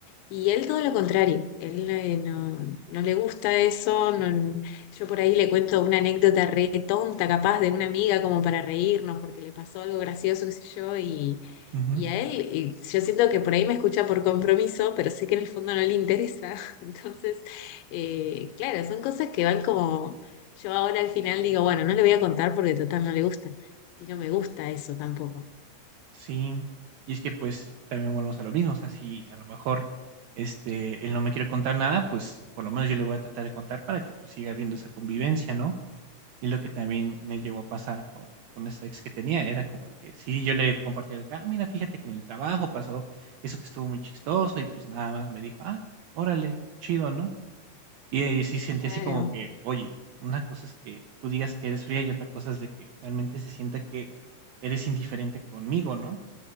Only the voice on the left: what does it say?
Y él todo lo contrario, él eh, no, no le gusta eso, no- yo por ahí le cuento una anécdota re tonta capaz de una amiga como para reírnos porque le pasó algo gracioso, qué sé yo, y,
y a él y yo siento que por ahí me escucha por compromiso, pero sé que en el fondo no le interesa. <laughs> Entonces, eh, claro, son cosas que van como, yo ahora al final digo, bueno, no le voy a contar porque total no le gusta, y no me gusta eso tampoco.
Claro.